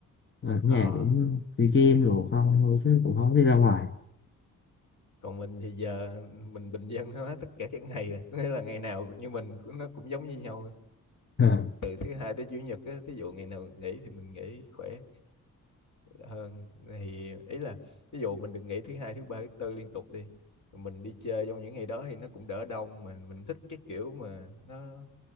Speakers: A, on the left; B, on the left.
A: Ờ, ở nhà
B: ờ,
A: cũng đi game rồi không thôi chứ cũng không đi ra ngoài
B: còn mình thì giờ mình bình dân hết tất cả các ngày rồi. có nghĩa là ngày nào như mình cũng nó cũng giống như nhau
A: Ờ,
B: từ thứ hai tới chủ nhật á thí dụ ngày nào nghỉ thì mình nghỉ khỏe hơn thì ý là ví dụ mình được nghỉ thứ hai thứ ba thứ tư liên tục đi mình đi chơi trong những ngày đó thì nó cũng đỡ đông mà mình thích cái kiểu mà nó